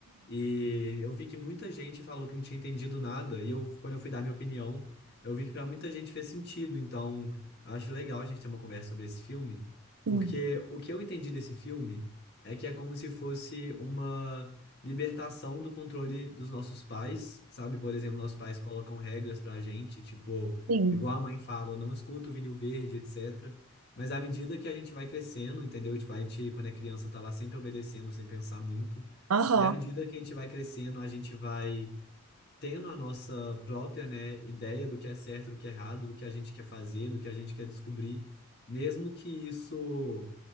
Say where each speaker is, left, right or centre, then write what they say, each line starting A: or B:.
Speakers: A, on the left; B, on the right.
A: e eu vi que muita gente falou que não tinha entendido nada, e eu, quando eu fui dar minha opinião, eu vi que para muita gente fez sentido. Então, acho legal a gente ter uma conversa sobre esse filme,
B: Sim.
A: porque o que eu entendi desse filme é que é como se fosse uma libertação do controle dos nossos pais, sabe? Por exemplo, nossos pais colocam regras pra gente, tipo,
B: Sim.
A: igual a mãe fala, não escuta o vinil verde, etc. Mas à medida que a gente vai crescendo, entendeu? Tipo, a gente, quando é criança, tá lá sempre obedecendo, sem pensar muito.
B: Aham.
A: E à medida que a gente vai crescendo, a gente vai tendo a nossa própria, né, ideia do que é certo, do que é errado, do que a gente quer fazer, do que a gente quer descobrir. Mesmo que isso